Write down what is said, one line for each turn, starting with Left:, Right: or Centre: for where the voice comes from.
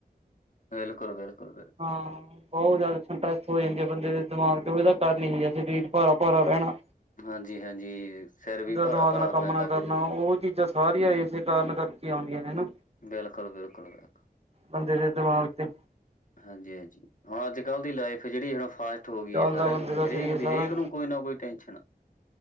Left: ਬਿਲਕੁਲ- ਬਿਲਕੁਲ, ਬਿਲ
Right: ਹਾਂ। ਬੌਤ ਜਾਦਾ ਸੰਟਰੈਸ ਹੋ ਜਾਂਦੀ ਐ, ਬੰਦੇ ਦੇ ਦਮਾਗ ਤੇ ਓਦਾ ਕਾਰਨ ਏਹੀ ਐ ਸਰੀਰ ਭਾਰਾ-ਭਾਰਾ ਰੈਣਾ।
Left: ਹਾਂਜੀ -ਹਾਂਜੀ ਸਿਰ ਵੀ ਭਾਰਾ-ਭਾਰਾ
Right: ਦਿਮਾਗ ਨਾਲ
Left: ਹੋ
Right: ਕੰਮ
Left: ਜਾਂਦੈ
Right: ਨਾ ਕਰਨਾ
Left: ਕਈ ਵਾਰੀ।
Right: ਉਹ ਚੀਜ਼ਾਂ। ਸਾਰੀਆਂ ਇਸੇ ਕਾਰਨ ਕਰਕੇ ਆਉਂਦੀਆਂ ਨੇ ਨਾ।
Left: ਬਿਲਕੁਲ ਬਿਲਕੁਲ ਬਿਲਕੁਲ।
Right: ਬੰਦੇ ਦੇ ਦਿਮਾਗ ਤੇ।
Left: ਹਾਂਜੀ-ਹਾਂਜੀ ਅੱਜ ਕੱਲ੍ਹ ਲਾਈਫ ਜਿਹੜੀ ਹੁਣ ਫਾਸ। ਹੋ ਗਈ
Right: ਚੱਲਦਾ
Left: ਹੈ ਸਾਰਿਆਂ
Right: ਬੰਦੇ
Left: ਦੀ
Right: ਦਾ
Left: ਹਰੇਕ
Right: ਸਰੀਰ
Left: ਦੀ
Right: ਸਾਰਾ
Left: ਹਰੇਕ ਨੂੰ ਕੋਈ ਨਾ ਕੋਈ ਟੈਨਸ਼ਨ।